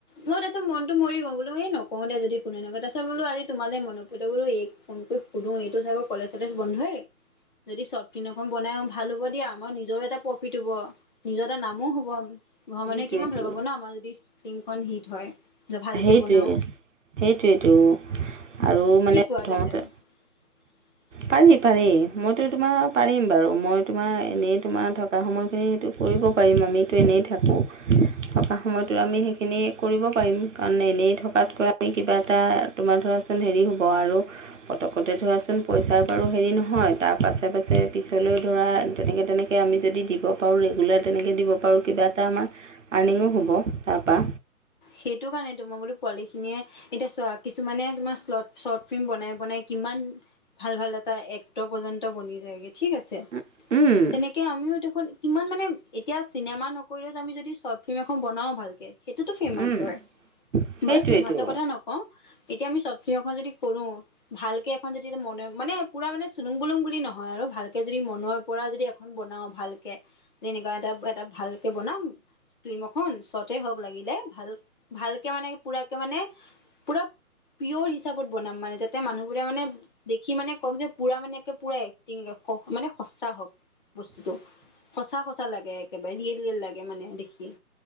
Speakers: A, on the left; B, on the right.
A: মই তাৰিছত মনটো মৰি গওঁ বলো এই নকওঁ দে যদিনে নকয় তাৰপছত বল আজি তোমাল মনতো বোলো এই, ফোন কৰি সুধো এইটো চাগৰ কলেজ চলেজ বন্ধই। যদি চৰ্টফিন এখন বনাই ভাল হ'ব দিয়া আমাৰ নিজৰো এটা প্ৰফিট হ'ব। নিজৰ এটা নামো হ'ব ঘৰৰ
B: সেইটোৱেইটো
A: মানুহে কি মমান ভাল পাব ন আমাৰ যদি ফিলিমখন হিট হয়। ভালকে
B: সেইটোৱে-সেইটোৱে
A: বনাও
B: আৰু মানে
A: কি কোৱা তেন্তে
B: প্ৰথমতে
A: <unintelligible>
B: পাৰি পাৰি মইতো তোমাৰ পাৰিম বাৰু মই তোমাৰ এনেই তোমাৰ থকা সময়খিনি সেইটো, কৰিব পাৰিম আমিতো এনেই থাকোঁ থকা সময়তো আমি সেইখিনি কৰিব পাৰিম। কাৰণ এনেই থকাতকৈ আমি কিবা এটা তোমাৰ ধৰাচোন হেৰি হ'ব আৰু। পতকতে ধৰাচোন পইচাৰ বাৰু হেৰি নহয় তাৰ পাছে পাছে পিছলৈ ধৰা তেনেকে-তেনেকে, আমি যদি দিব পাৰোঁ ৰেগুলাৰ তেনেকৈ দিব পাৰোঁ কিবা এটা আমাৰ আৰ্নিঙো হ'ব তাৰপৰা।
A: সেইটো কাৰণে তোমাৰ বোলো পোৱালি খিনিয়ে এতিয়া কিছুমানে তোমাৰ শৰ্ট ফিল্ম বনাই বনাই কিমান ভাল ভাল এটা এক্ট পৰ্যন্ত বনি যায়গে, ঠিক আছে।
B: উম, উম,
A: তেনেকে আমিও দেখোন কিমান মানে, এতিয়া চিনেমা নকৰিলেও আমি যদি চৰ্ট ফিল্ম এখন বনাও ভালকে, সেইটো তো ফেমাচ
B: উম,
A: হয়।
B: সেইটোৱেতো
A: বাৰু ফেমাচৰ কথা নকওঁ, এতিয়া আমি চৰ্ট ফিল্ম এখন যদি কৰোঁ। ভালকে এখন যদি মনে মানে, পুৰা মানে চুলুং-বুলুং বুলি নহয় আৰু ভালকে যদি মনৰ পৰা যদি এখন বনাও ভালকে, তেনেকুৱা এটা, এটা ভালকে বনাম ফিল্ম এখন। চৰ্টে হওঁক লাগিলে। ভাল ভালকে মানে, পুৰাকে মানে, পুৰা পিয়ৰ হিচাপত বনাম মানে, যাতে মানুহবোৰে মানে দেখি মানে কম যে পুৰা মানে পুৰা এক্টিং ক মানে সচা হওঁক বস্তুটো। সঁচা সঁচা লাগে একেবাৰে ৰিয়েল ৰিয়েল লাগে মানে দেখি।